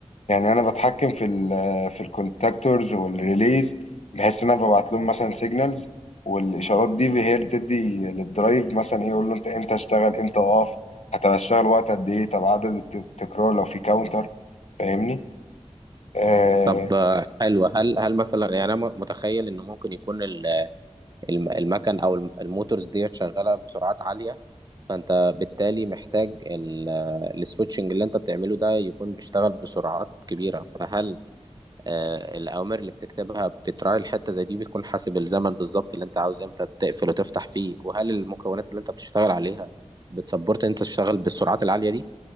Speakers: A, on the left (about 70°); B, on the right (about 35°).
A: يعني انا بتحكم في ال في الكونتاكتورز والريليز بحيث ان انا ببعت لهم مثلا سيجنالز والاشارات دي هي اللي بتدي للدرايف مثلا ايه يقول له انت امتى اشتغل امتى اقف هتشتغل وقت قد ايه طب عدد الت- التكرار لو في كاونتر فاهمني آه
B: طب آه، حلو هل هل مثلا يعني انا م- متخيل انه ممكن يكون ال- الم- المكن او الم- الموتورز ديت شغاله بسرعات عاليه فانت بالتالي محتاج السويتشنج اللي انت بتعمله ده يكون بيشتغل بسرعات كبيره فهل آه، الأوامر اللي بتكتبها بتراعي الحتة زي دي بتكون حاسب الزمن بالظبط اللي أنت عاوز إمتى تقفل وتفتح فيه وهل المكونات اللي أنت بتشتغل عليها بتسبورت أنت تشتغل بالسرعات العالية دي؟